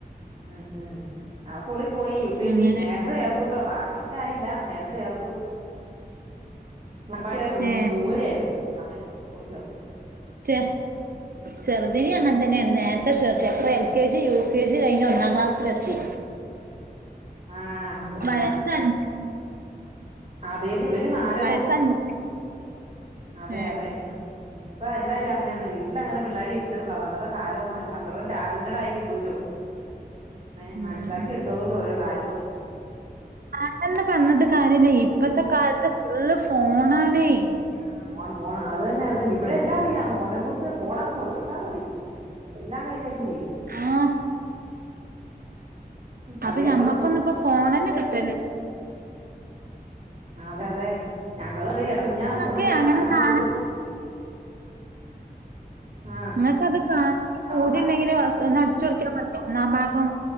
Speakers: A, on the right; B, on the right.
A: ഉം ഉം അസ്കൂളിൽ പോയി യു കെ
B: അങ്ങനെ
A: ജി നേരത്തെചേർ തുട്ടോ പ്രായം മറ്റ ആയില്ല നേരത്തെ ചേർതു. ഞമ്മള് ഉം
B: ഏ
A: ദൂരെ ആയിരുന്നു അപ്പൊ ഞങ്ങള് സ്കൂളിൽ ചേർത്തു
B: ഛെ ചെറുദിനീ അങ്ങ്ൻതന്നെ നേരത്തെ ചേർത്തി അപ്പൊ L K G U K G കയീ ഞ് ഒന്നാം ക്ലാസ്സിലെത്തി.
A: <inaudible> ആഹ് അതിനെ
B: വ യസൻ--ന്ജ്
A: അതേത് ഇവനന് നാലരാ
B: വയസ്സ് അഞ്ച്
A: അതെ
B: ഏ
A: അതെ ഉം ഇപ്പ എല്ലാരും അങ്ങനെയന്ന് വീട്ട്ൽ അങ്ങനെ പിള്ളേരെ ഇരുത്തണ്ട പണ്ടത്തെ കാലംവൊന്നും അല്ല അത്രം ടാലന്റഡ ആയി കിട്ടൂല്ലോ ഏ
B: ഉം
A: മനസ്സിലാക്കി എടുത്തോളൂലോ ഓരോ കാര്യങ്ങള്
B: ആരണ്പറഞ്ഞിട്ട് കാര്യല്ല ഇപ്പത്തെ കാലത്ത് ഫുള്ള് ഫോണാണേ. യ്
A: ആ ഫോൺ ഫോണ് അത് തന്നെ അത് ഇവിടെ എല്ലാം അറിയാം ഫോണെ കുറിച്ച് ഫോണങ് കൊടുത്താ മതി. എല്ലാ കൈകാര്യം ചെയ്യും.
B: ആഹ് അപ്പൊ
A: അധികം
B: ഞമ്മക്കൊന്ന് ഇപ്പൊ ഫോണെന്നെ
A: കൊടുക്കരുത്
B: കിട്ടല്
A: അതെ അതെ ഞങ്ങളെറിയു കുഞ്ഞഫോണ
B: നിങ്ങക്ക്
A: എടുക്ക
B: അങ്ങനെ
A: കണ്ണ്
B: കാണാം
A: പോവും. ആഹ്
B: ങ്ങക്ക് അത് കാണ പ്പൂതിണ്ടെങ്കിൽ
A: അവൻ പറ
B: ഒന്നടിചോടിക്കാൻ മതി ഒന്നാ ഭാഗം